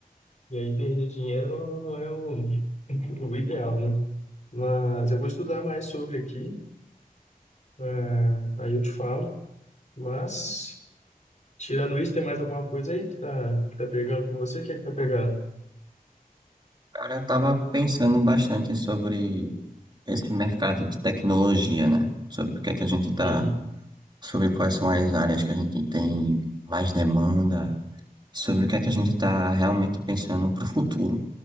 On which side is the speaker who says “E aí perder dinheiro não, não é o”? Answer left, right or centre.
Left